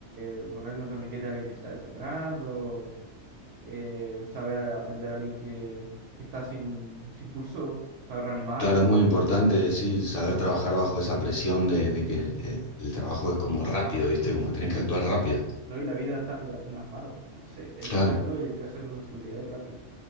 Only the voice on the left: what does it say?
Claro, es muy importante, sí, saber trabajar bajo esa presión de, de que el, el- el trabajo es como rápido, ¿viste? Como
que tenés
que actuar rápido.
Claro,